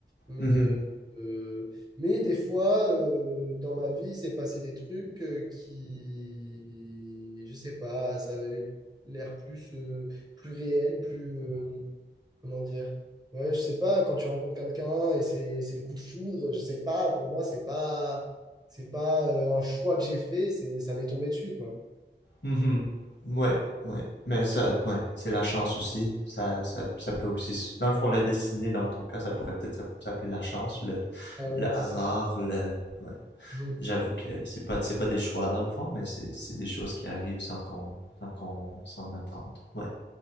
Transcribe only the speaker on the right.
Mais,
euh, euh, mais des fois, euh, dans ma vie, c'est passé des trucs euh, qui, je sais pas, ça avait l'air plus, euh, plus réel, plus, euh, comment dire? Ouais, je sais pas, quand tu rencontres quelqu'un et c'est c'est le coup de foudre, je sais pas, pour moi, c'est pas c'est pas euh, un choix que j'ai fait, c'est ça m'est tombé dessus, quoi.
Ah
ouais, c'est
ça.
Mhm.